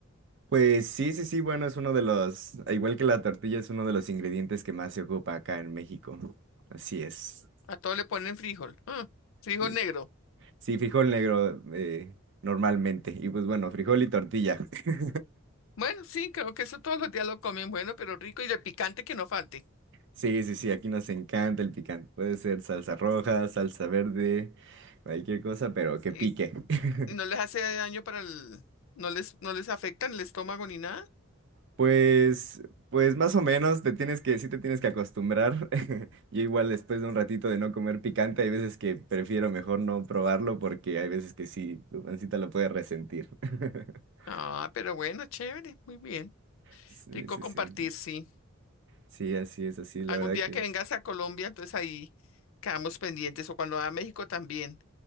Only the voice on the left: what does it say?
a todo le ponen frijol, ah, frijol
negro.
Bueno, sí, creo que eso todos los días lo comen bueno, pero rico y de picante que no falte.
Y,
y no les hace daño para el, no les, no les afecta en el estómago ni nada.
Ah, pero bueno, chévere, muy bien.
Rico
compartir,
sí.
Algún
día que vengas a Colombia, entonces ahí quedamos pendientes, o cuando va a México también.